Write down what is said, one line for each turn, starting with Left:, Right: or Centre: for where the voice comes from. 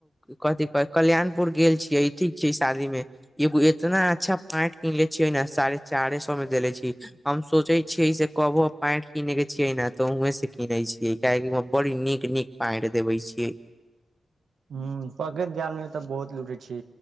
Centre: कथिी कह कल्याणपुर गेल छियै ठीक छै शादी म एगो इतना अच्छा पांट किनले छियै ने साढ़े चारे सए में देले छ हम सोचे छीयै से कबो पैंट किनेय के छियै ने त उ से कीनै छीयै कियाकि बड़ी नीक नी गैर देबै क
Right: ह पकड़ैत धान मे तऽ बहुत लूटे छै